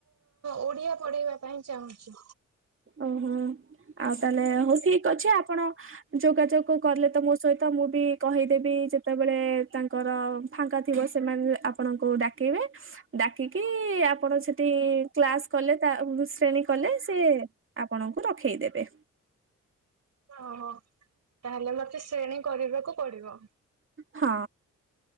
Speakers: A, on the right; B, on the right.
A: ଓଡ଼ିଆ ପଢ଼େଇବା ପାଇଁ ଚାହୁଁଚି।
B: ଉଁ ହୁଁ ଆଉ ତାହେଲେ ହଉ ଠିକ ଅଛି ଆପଣ ଯୋଗାଯୋଗ କଲେ ତ ମୋ ସହିତ, ମୁଁ ବି କହିଦେବି ଯେତେବେଳେ ତାଙ୍କର ଫାଙ୍କା ଥିବ ସେମାନେ ଆପଣଙ୍କୁ ଡାକେଇବେ। ଡାକିକି ଆପଣ ସେଠି କ୍ଲାସ କଲେ ତା ଶ୍ରେଣୀ କଲେ। ସେ ଆପଣଙ୍କୁ ରଖେଇଦେବେ।
A: ଅ ହଁ ତାହେଲେ ମତେ ଶ୍ରେଣୀ କରିବାକୁ ପଡିବ।
B: ହଁ।